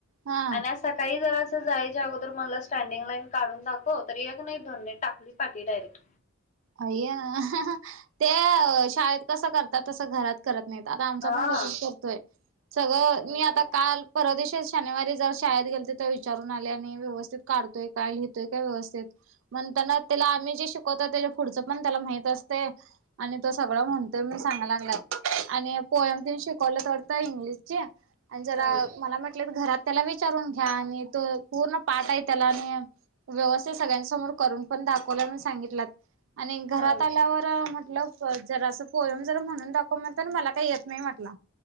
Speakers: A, on the right; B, on the left.
A: हा
B: आणि आज सकाळी जरा असं जाय च्या अगोदर म्हणलं स्टँडिंग लाईन काढून दाखव तर एक नै दोन नै टाकली पाटी डायरेक्ट.
A: अय्या ते शाळेत कसं करतात तसं घरात करत नाहीत. आता आमचा
B: हा
A: पण तसंच करतोय. सगळं
B: हम्म
A: मी आता काल परवादिशी शनिवारी जवा शाळेत गेलते, तर विचारून आले. आणि व्यवस्थित काढतोय का, लिहतोय का, व्यवस्थित पन त्यानं, त्याला आम्ही जे शिकवता त्याज्य पुढचं पण त्याला माहित असतंय. आणि तो सगळं म्हणतोय मी सांगा लागल्या आणि पोयम तेनं, शिकवलंत वाटतं इंग्लिशची. आणि जरा
B: हम्म
A: मला म्हटलेत घरात त्याला विचारून घ्या. आणि तो पूर्ण पाठय त्याला आणि व्यवस्थित सगळ्यांसमोर, करून पण दाखवल्या मण सांगितलात आणि घरात
B: हं,
A: आल्यावर म्हटलं जरासं, पोयम जरा म्हणून दाखव म्हनताना. मला काही येत नाही म्हटला.